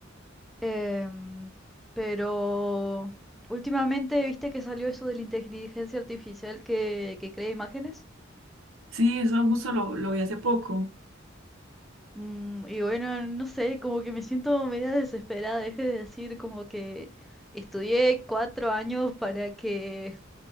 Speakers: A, in the centre; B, on the right.
A: Em, pero últimamente, ¿viste que salió eso de la inteligencia artificial que, que crea imágenes?
B: Sí, eso justo lo, lo vi hace poco.
A: Mm, y bueno, no sé, como que me siento media desesperada. Deje de decir como que estudié cuatro años para que